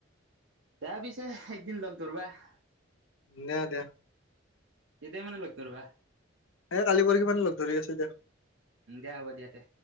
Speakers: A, on the right (about 65°); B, on the left (about 75°).
A: দিয়া পিছে একদিন লগ ধৰিবা ।
B: দে দে।
A: কেতিয়া মানে লগ ধৰিবা
B: এ কালি-পৰশি মানে লগ ধৰি আছো দিয়া।
A: উম, দিয়া হ'ব দিয়া দে।